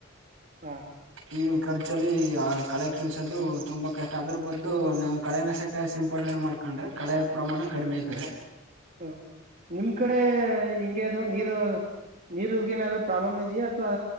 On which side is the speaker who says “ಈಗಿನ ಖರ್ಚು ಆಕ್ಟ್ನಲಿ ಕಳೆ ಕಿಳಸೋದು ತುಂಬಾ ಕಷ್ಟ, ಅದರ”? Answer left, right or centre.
Right